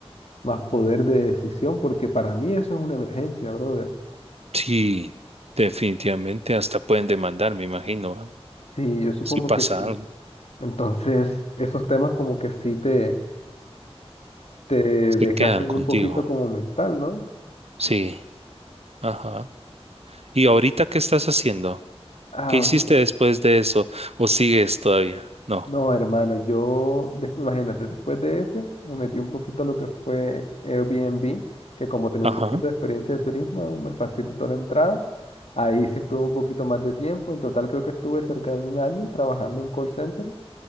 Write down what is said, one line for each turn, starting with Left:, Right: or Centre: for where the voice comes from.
Left: más poder de decisión, porque para mí eso es una emergencia, brother.
Right: Sí, definitivamente. Hasta pueden demandar, me imagino. ¿va?
Left: Sí, yo supongo
Right: Si pasa
Left: que sí.
Right: algo,
Left: Entonces, esos temas como que sí te, te
Right: se
Left: desgastan
Right: quedan contigo.
Left: un poquito como mental, ¿no?
Right: Sí. Ajá. ¿Y ahorita qué estás haciendo?
Left: Ahorita.
Right: ¿Qué hiciste después de eso? ¿O sigues todavía? No.
Left: No, hermano, yo, des- imagínate, después de ese, me metí un poquito a lo que fue Airbnb, que como tenía
Right: Ajá.
Left: un poquito de experiencia de turismo, me facilitó la entrada. Ahí sí estuve un poquito más de tiempo. En total creo que estuve cerca de un año trabajando en call center.